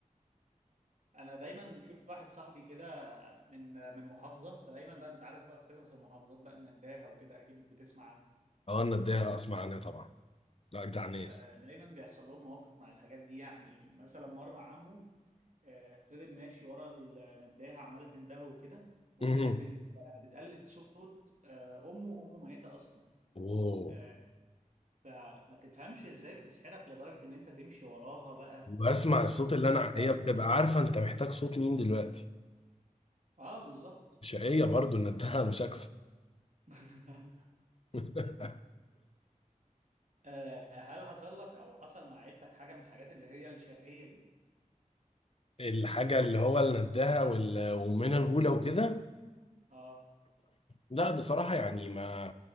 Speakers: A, on the right (about 65°); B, on the left (about 45°).
A: انا دايما في واحد صاحبي كده من من محافظه فدايما بقى انت عارف بقى قصص المحافظات بقى نداها وكده اكيد بتسمع
B: اه انا اديها اسمع عنها طبعا لا جدع ناس
A: آه، دايما بيحصل لهم مواقف مع الحاجات دي يعني مثلا مره عمه آه، فضل ماشي ورا النداهه عماله تندهه وكده وكانت
B: مهم.
A: بت- بتقلد صوت آه، امه وامه ميته اصلا
B: اوه
A: آه، فما تفهمش ازاي بتسحرك لدرجه ان انت تمشي وراها بقى
B: واسمع الصوت اللي انا
A: قبل
B: هي بتبقى
A: ما-
B: عارفه انت محتاج صوت مين دلوقتي
A: اه بالظبط
B: شقيه برضو ندها مشاكسه
A: <laughs>
B: <laughs>
A: آه، هل حصل لك او حصل مع عيلتك حاجه من الحاجات اللي هي الشرقيه دي
B: الحاجه اللي هو اللي ندها وال- وامنا الغوله وكده
A: اه
B: لا بصراحه يعني ما